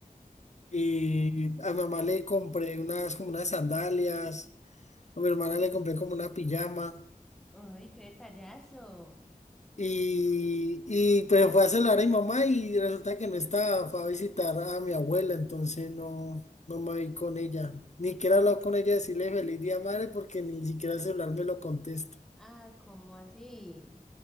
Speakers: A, on the left; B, in the centre.
A: y a mi mamá le compré unas como unas sandalias, a mi hermana le compré como una pijama.
B: Ay, qué detallazo.
A: Y, y pues fue a celular a mi mamá y resulta que no estaba, fue a visitar a mi abuela, entonces no, no me vi con ella. Ni siquiera he hablado con ella, decirle feliz día madre, porque ni siquiera el celular me lo contesta.
B: Ah, ¿cómo así?